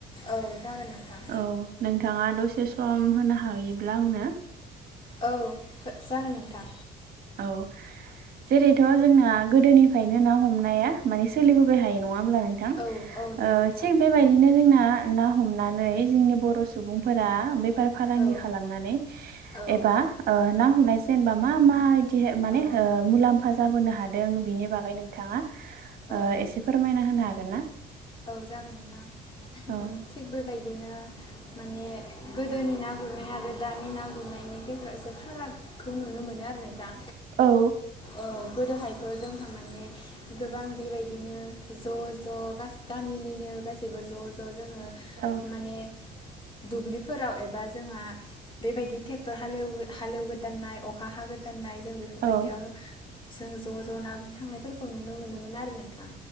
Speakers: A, on the left (about 30°); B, on the right (about 60°).
A: औ जागोन नोंथां
B: औ नोंथाङा दसे सम होनो हायोब्ला आंनो
A: औ जागोन नोंथां
B: औ जेरैथ' जोंना गोदोनिफ्रायनो ना हमनाया माने सोलिबोबाय हायो नङा होमब्ला ओ नोंथां
A: औ औ नंगौ नोंथां
B: थिग बेबायदिनो जोंना ना हमनानै जोंनि बर' सुबुंफोरा बे फार फालांगि
A: औ
B: खालामनानै
A: औ
B: एबा ओ ना हमनाय जेनेबा मा मा बिदि माने
A: औ
B: मुलाम्फा जाबोनो हादों बिनि बागै नोंथाङा
A: औ
B: एसे ओ फोरमायना होनो हागोन ना
A: औ जागोन नोंथां
B: औ
A: थिग बेबायदिनो
B: <inaudible>
A: माने गोदोनि ना गुरनाय आरो दानि ना गुरनायनि गेजेराव एसे फारागखौ नुनो मोनो आरो नोंथां
B: औ
A: औ गोदोहायथ' जोंहा माने गोबां बेबायदिनो ज' ज' गासैबो गामिनिनो गासैबो ज' ज' जोङो
B: औ
A: माने दुब्लिफोराव एबा जोंहा बेबायदि ट्रेक्टर हालेव हालेवगोदाननाय अखा हा गोदाननाय नाय जों बेफोरबायदियाव
B: औ
A: जों ज' ज' ना गुर थांनायफोरखौ नुनो मोनोमोन आरो नोंथां